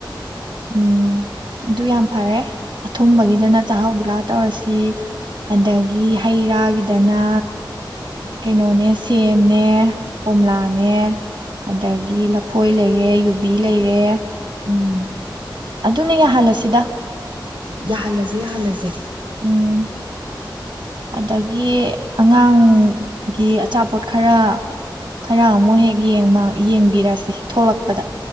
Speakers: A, on the right; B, on the right.
A: ꯎꯝ ꯑꯗꯨ ꯌꯥꯝ ꯐꯔꯦ ꯑꯊꯨꯝꯕꯒꯤꯗꯅ ꯆꯥꯛꯍꯥꯎ ꯒꯨꯂꯥ ꯇꯧꯔꯁꯤ ꯑꯗꯒꯤ ꯍꯩ ꯔꯥꯒꯤꯗꯅ ꯀꯩꯅꯣꯅꯦ ꯁꯦꯝꯅꯦ ꯀꯣꯝꯂꯥꯅꯦ ꯑꯗꯒꯤ ꯂꯐꯣꯏ ꯂꯩꯔꯦ ꯌꯨꯕꯤ ꯂꯩꯔꯦ
B: ꯎꯝ
A: ꯑꯗꯨꯅ ꯌꯥꯍꯜꯂꯁꯤꯗ
B: ꯌꯥꯍꯜꯂꯁꯦ ꯌꯥꯍꯜꯂꯁꯦ
A: ꯎꯝ ꯑꯗꯒꯤ ꯑꯉꯥꯡ ꯒꯤ ꯑꯆꯥꯄꯣꯠ ꯈꯔ ꯈꯔ ꯑꯃꯨꯛ ꯍꯦꯛ ꯌꯦꯡꯕ ꯌꯦꯡꯕꯤꯔꯁꯤ ꯊꯣꯛꯂꯛꯄꯗ